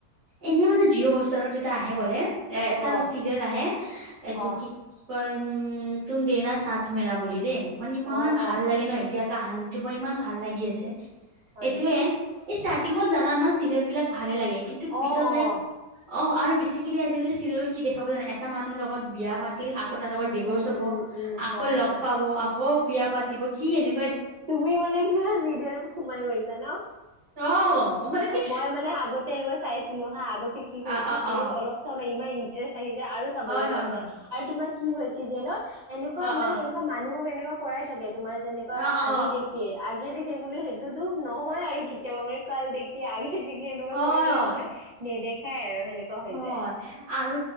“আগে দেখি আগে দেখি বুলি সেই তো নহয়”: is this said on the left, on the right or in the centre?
Right